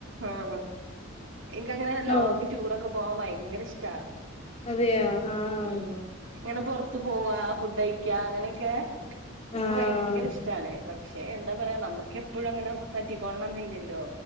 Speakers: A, on the right; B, on the left.
A: ആഹ് ഇൻക്കങ്ങനെ ലോങ്ങ്
B: ഓ
A: ടൂറൊക്കെ പോവാൻ ഭയങ്കര ഇഷ്ടാ
B: അതെയോ ആഹ്
A: ഉം ഇങ്ങനെ പൊറത്ത് പോവാഫുഡ് കഴിക്ക അങ്ങനെക്കെ ഇൻക്ക്
B: ആഹ്
A: ഭയങ്കര ഇഷ്ടാണ് ഇതൊക്കെ ക്ഷെ എന്താ പറയാ നമ്മക്ക് എപ്പഴും അങ്ങനെ പറ്റിക്കോളണം എന്നില്ലല്ലോ.